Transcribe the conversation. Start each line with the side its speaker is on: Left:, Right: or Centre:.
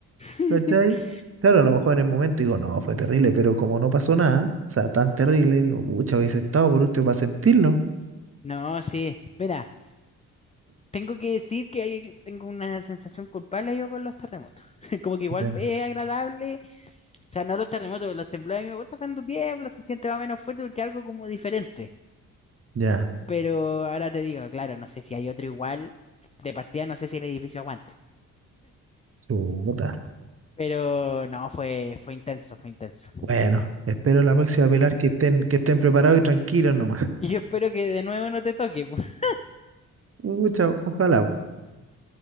Left: <laughs>
Right: ¿cachai? Claro, a lo mejor en el momento digo, no, fue terrible, pero como no pasó nada, o sea, tan terrible, digo, pucha, hubiese estado por último para sentirlo.
Left: No, sí. Mira. Tengo que decir que hay- tengo una sensación culpable yo con los terremotos. <laughs> Como que igual
Right: Ya.
Left: es agradable, o sea, no los terremotos, pero los temblores a mí me gusta cuando tiembla, se siente más o menos fuerte porque es algo como diferente.
Right: Ya,
Left: Pero ahora te digo, claro, no sé si hay otro igual, de partida no sé si el edificio aguante.
Right: chuta.
Left: Pero no, fue, fue intenso, fue intenso.
Right: Bueno, espero la próxima Pilar que estén, que estén preparados y tranquilos nomás.
Left: Y yo espero que de nuevo no te toque. <laughs>
Right: Pucha, ojalá, po.